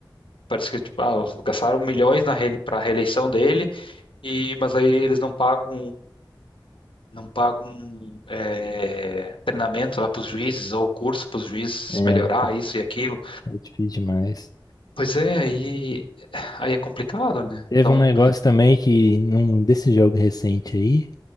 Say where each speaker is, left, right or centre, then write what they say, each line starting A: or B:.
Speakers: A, on the left; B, on the left.
A: Parece que tipo, ah, gastaram milhões na para a reeleição dele E, mas aí eles não pagam, não pagam é, treinamento lá para os juízes ou curso para os juízes
B: É,
A: melhorar isso e aquilo.
B: é difícil demais.
A: Pois é, aí, aí é complicado, né?
B: Teve
A: Então,
B: um negócio também que, num desse jogo recente aí,